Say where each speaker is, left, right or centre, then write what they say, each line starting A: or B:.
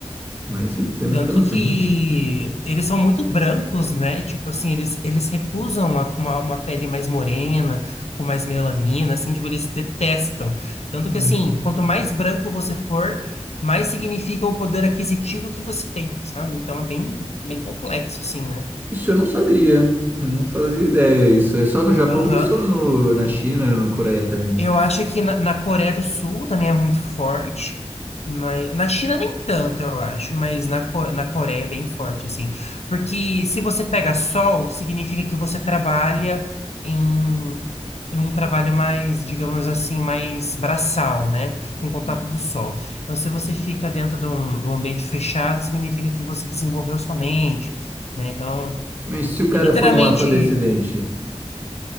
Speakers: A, on the right; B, on the left.
A: Mas eu entendo
B: Tanto
A: plenamente.
B: que eles são muito brancos, né? Tipo assim, eles, eles recusam a- uma, uma pele mais morena, com mais melanina, assim, tipo, eles detestam. Tanto
A: Uhum.
B: que, assim, quanto mais branco você for, mais significa o poder aquisitivo que você tem, sabe? Então é bem, bem complexo, assim, né?
A: Isso eu não sabia. Eu não fazia ideia. Isso é só no Japão,
B: Aham.
A: isso ou no, na China, no Coreia também?
B: Eu acho que na, na Coreia do Sul também é muito forte, mas na China nem tanto, eu acho, mas na, Co- na Coreia é bem forte, assim. Porque se você pega sol, significa que você trabalha em, em um trabalho mais, digamos assim, mais braçal, né? Com contato
A: Uhum.
B: do sol. Então, se você fica dentro de um, de um ambiente fechado, significa que você desenvolveu sua mente, né? Então,
A: Mas se
B: é
A: o cara
B: literalmente.
A: for um afrodescendente? <laughs>